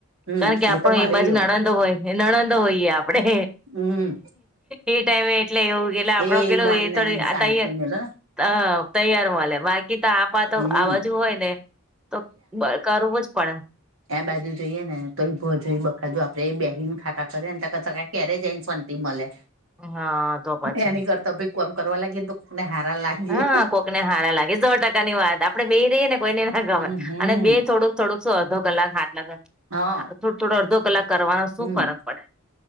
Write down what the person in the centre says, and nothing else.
કારણ કે આપણો
એ બાજ
નણંદ હોય નણંદ હોઈએ આપણે
એ ટાઈમે એટલે એવું કેે આપડો
પેલો
એ
થડી આ
હ
તૈયાર વા્યા બાકી તો આપા તો
આ બાજુ હોય ને તો કરવું જ પડે
હા તો પછી
હા કોકને હારા લાગે સો ટકા ની વાત આપણે બે રહીએ ને કોઈને ના ગમેર
અને બે થોડું થોડકો અધો કલાક હાથ લાગે
થોડું થોડો અડધો કલાક કરવાનો શું
ફરક પડે